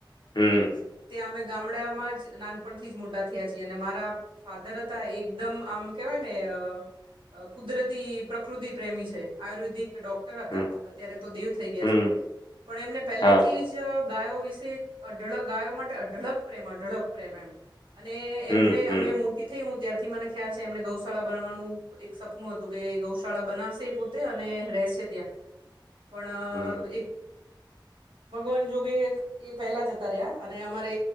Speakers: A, on the left (about 60°); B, on the right (about 80°).
A: હમ
B: ત્યાં અમે ગામડામાં જ નાનપણથી જ મોટા થયા છીએ અને મારા ફાધર હતા એકદમ આમ કેવાય ને અ કુદરતી પ્રકૃતિ પ્રેમી છે આયુર્વેદિક ડોક્ટર હતા
A: હમ
B: અત્યારે તો દેવ થઈ ગયા
A: હમ
B: છે પણ એમને પહેલેથી
A: હા
B: જ ગાયો વિશે અઢળક ગાયો માટે અઢળક પ્રેમ અઢળક પ્રેમ એમ અને
A: હમ
B: એમને
A: હમ
B: અમે મોટી થઈ હું ત્યારથી મને ખ્યાલ છે એમને ગૌશાળા બનવાનું સપનું હતું કે ગૌશાળા બનાવશે એ પોતે અને રેહશે ત્યાં પણ
A: હમ
B: એક ભગવાન જો કે એક એ પહેલા જતા રહ્યા અને અમારે